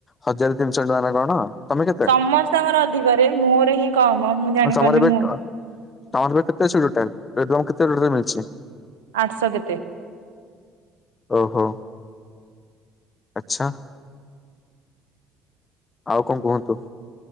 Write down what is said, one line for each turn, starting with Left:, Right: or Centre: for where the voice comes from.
Left: ହଜାର ତିନିସ ଟଙ୍କା ନା କଣ। ତମେ କେତେ
Right: ସମସ୍ତଙ୍କର ଅଧିକରେ ମୋର ହିଁ କମ। ମୁଁ ଜାଣିପାରୁନି
Left: ହଁ ସମର ଏବେ
Right: ମୁଁ
Left: ତମର ଏବେ କେତେ ଅଛି ଟୋଟାଲ ରେଡ୍ରମ୍ କେତେ ରେଟ୍ ରେ ମିଳିଛି?
Right: ଆଠ଼ସ କେତେ?
Left: ଓହୋ ଆଚ୍ଛା। ଆଉ କଂ କୁହନ୍ତୁ?